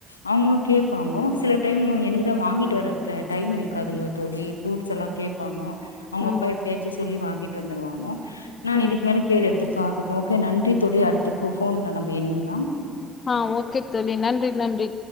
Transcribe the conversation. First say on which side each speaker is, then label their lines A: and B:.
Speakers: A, on the left (about 80°); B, on the left (about 35°).
A: அவங்களு கேப்பாங்க சில டைம் எனக்கு தா வாங்கிட்டு வர டைம் இருக்காதுங்க தோழி ஃப்ரூட்ஸ் எல்லா கேப்பாங்க அவங்கப்பா
B: ம்
A: எப் சொல்லி வாங்கிட்டு வந்துருவாங்க நா
B: ம்
A: இதுக்கு மேல கேர் எடுத்து பாக்கு ஓகே நன்றி தோழி அடுத்துக்கு ஃபோன்ல நம்ம இனையலா
B: ஆ ஓகே தோழி நன்றி நன்றி